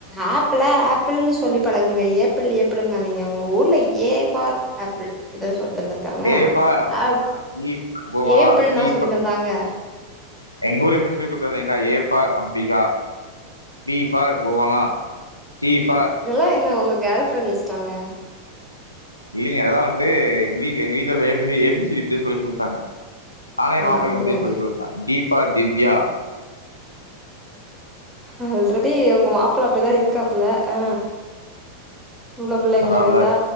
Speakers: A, in the centre; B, on the left.
A: ஆப்புள ஆப்பிள்ன்னு சொல்லி பழகுங்க ஏப்பிள் ஏப்பிளுங்காதீங்க உங்க ஊர்ல ஏ ஃபார் ஆப்பிள் இப்டிதா சொல்லித் தந்திருக்காங்க
B: A for Ambika
A: app
B: B for Bhuvana
A: ஏப்பிள்னா
B: C
A: சொல்லித்
B: ஃபார்
A: தந்தாங்க
B: எங்க ஊர்ல எப்டி சொல்லிக் குடுத்தாங்கனு தெரிங்லா A for Ambika B for Bhuvana C for
A: இதெல்லா என்ன உங்க கேர்ள் ஃப்ரெண்ட் லிஸ்டாங்க
B: இல்லிங்க அதெல்லா வந்து எங் வீட்ல எங்க வீட்ல A A B C D இப்டிதா சொல்லிக் குடுத்தாங்க நானு என்
A: ஆ
B: மாப்ளைக்கு
A: ஆ
B: அப்டிதா
A: உங்க
B: சொல்லி குடுப்ப டி ஃபார் திவ்யா
A: ஆல்ரெடி உங்க மாப்ள அப்டிதா இருக்காப்புல ஆ பொம்பள புள்ளைங்கள
B: அதனால
A: கண்டா